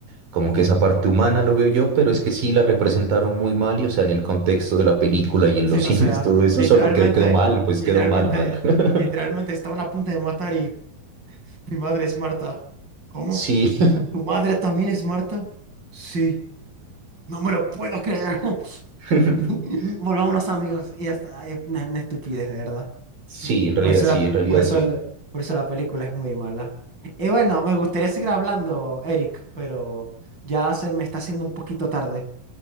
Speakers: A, on the right; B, on the right.
A: como que esa parte humana lo veo yo, pero es que sí la representaron muy mal y, o sea, en el contexto de la película y en
B: Sí,
A: los
B: o
A: <laughs> cines,
B: sea,
A: todo eso,
B: literalmente,
A: eso no quedó, quedó mal, pues
B: literalmente,
A: quedó mal, mal. <laughs>
B: literalmente estaban a punto de matar y mi madre es Marta. ¿Cómo?
A: Sí.
B: ¿Tu madre también es Marta? Sí, no me lo puedo creer. <laughs>
A: <laughs>
B: Volvámonos amigos. Y hasta es una, una estupidez, de verdad.
A: Sí, en realidad
B: Por eso
A: sí,
B: la,
A: en realidad
B: por eso
A: sí.
B: el- por eso la película es muy mala. Y bueno, me gustaría seguir hablando, Eric, pero ya se me está haciendo un poquito tarde.